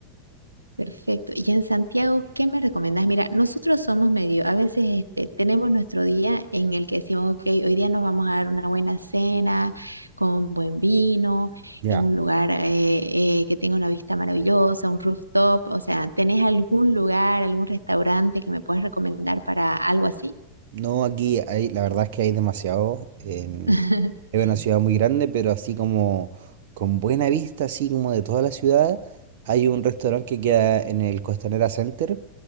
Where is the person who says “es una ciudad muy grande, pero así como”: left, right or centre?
Right